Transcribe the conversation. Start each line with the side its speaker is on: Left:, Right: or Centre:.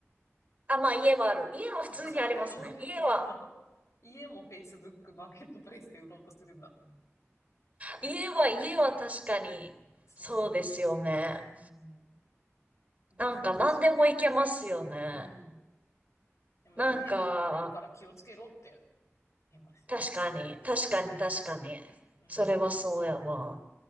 Right: あ、まあ家はある。家は普通にありますね。
Left: そう、買うかどうか、
Right: 家は、
Left: そう。家も Facebook マーケットプレイスで売ろうとするんだと思う。
Right: 家は、家は確かに、
Left: そ
Right: そうですよね。
Left: う。うん。面白いですよね。
Right: なんか何でもいけますよね。
Left: うん。でもなんか変な人もいるから気をつけろって
Right: なんか、
Left: 言います。
Right: 確かに、確かに、
Left: うん。
Right: 確かに。
Left: うん。
Right: それはそうやわ。